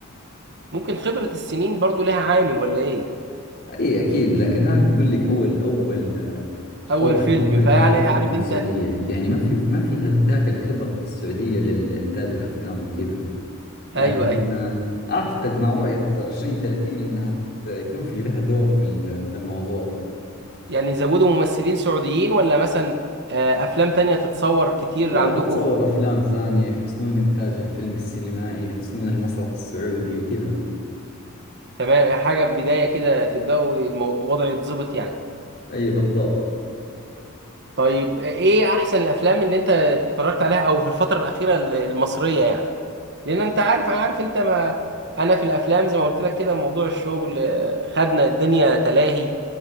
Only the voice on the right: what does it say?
ممكن خبرة السنين برضو لها عامل ولا ايه
اول
فيلم
فيعني
عارف
انت
ايوه ايوه
يعني يزودوا ممثلين سعوديين ولا مثلا آه، افلام تانية تتصور كتير
عندكم
تمام حاجة بداية كده تبدأوا الموضوع الوضع يتظبط يعني
طيب آه، ايه احسن الافلام اللي انت اتفرجت عليها او في الفترة الأخيرة ال- المصرية يعني لان انت عارف انا عارف انت ما انا في الافلام زي ما قلت لك كده موضوع الشغل آه، خدنا الدنيا تلاهي